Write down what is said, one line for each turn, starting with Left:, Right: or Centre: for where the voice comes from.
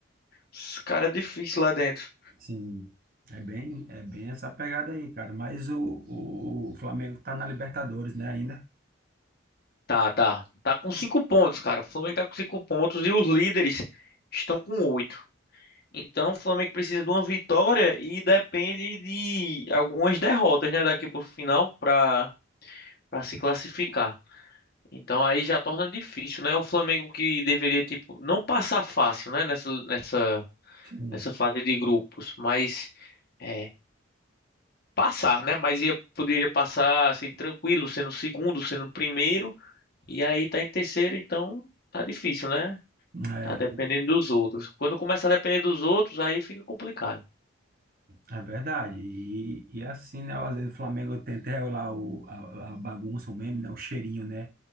Left: Esse cara é difícil lá dentro.
Right: Sim. É bem, é bem essa pegada aí, cara. Mas o, o, o Flamengo tá na Libertadores, né, ainda?
Left: Tá, tá. Tá com cinco pontos, cara. O Flamengo tá com cinco pontos e os líderes estão com oito. Então o Flamengo precisa de uma vitória e depende de algumas derrotas, né, daqui pro final pra, pra se classificar. Então aí já torna difícil, né? O Flamengo que deveria, tipo, não passar fácil, né, nessa, nessa,
Right: Sim.
Left: nessa fase de grupos, mas é, passar, né? Mas ia, poderia passar assim, tranquilo, sendo segundo, sendo primeiro E aí tá em terceiro, então tá difícil, né?
Right: É,
Left: Tá dependendo dos outros. Quando começa a depender dos outros, aí fica complicado.
Right: É, é verdade. E, e assim, né? Às vezes o Flamengo tenta regular o, a, a bagunça, o meme, né? O cheirinho, né?